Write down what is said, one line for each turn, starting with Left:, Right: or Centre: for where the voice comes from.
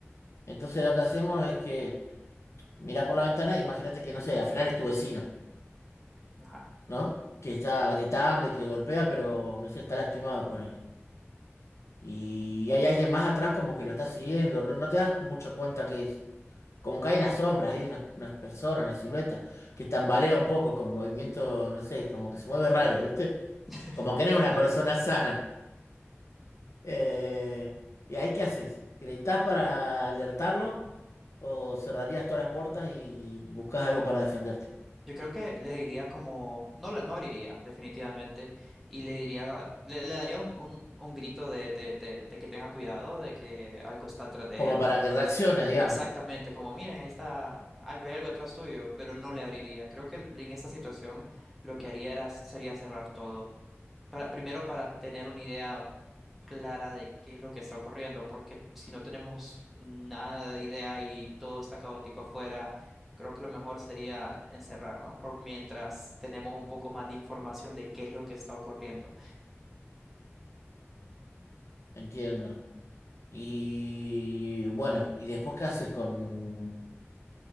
Left: Entonces lo que hacemos es que mirás por la ventana, imagínate que, no sé, al final es tu vecino,
Centre: Ajá.
Left: ¿no? Que está gritando y que golpea, pero no sé, está lastimado por él. Y hay alguien más atrás como que lo está siguiendo, no, no te das mucha cuenta que es. Como que hay una sombra, hay unas unas personas, una silueta, que tambalea un poco con movimiento, no sé, como que se mueve raro, ¿viste?
Centre: <laughs>
Left: Como que no es una
Centre: Está
Left: persona sana. Eh, ¿y ahí qué haces? ¿Gritás para alertarlo? ¿O cerrarías todas las puertas y buscas algo para defenderte?
Centre: Yo creo que le diría como, no, la- no abriría definitivamente y le diría, le, le daría un, un, un grito de, de, de, de que tenga cuidado, de que algo está atrás de
Left: Como
Centre: él.
Left: para que reaccione, digamos.
Centre: Exactamente, como miren, ahí está algo, hay algo atrás tuyo, pero no le abriría. Creo que en esta situación lo que haría era, sería cerrar todo para, primero para tener una idea clara de qué es lo que está ocurriendo, porque si no tenemos nada de idea y todo está caótico afuera, creo que lo mejor sería encerrarnos por mientras tenemos un poco más de información de qué es lo que está ocurriendo.
Left: Entiendo. Y bueno, ¿y después qué haces con,